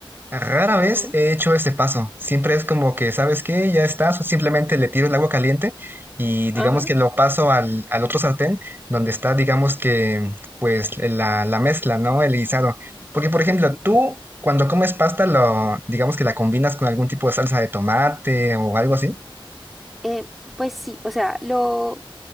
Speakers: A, on the right; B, in the centre.
A: rara vez
B: Ujú,
A: he hecho este paso. Siempre es como que, ¿sabes qué? Ya está, so- simplemente le tiro el agua caliente y digamos
B: Ajá.
A: que lo paso al, al otro sartén donde está, digamos que, pues la, la mezcla, ¿no? El guisado. Porque, por ejemplo,
B: ujú.
A: tú... Cuando comes pasta, lo, digamos que la combinas con algún tipo de salsa de tomate o algo así.
B: Eh, pues sí, o sea, lo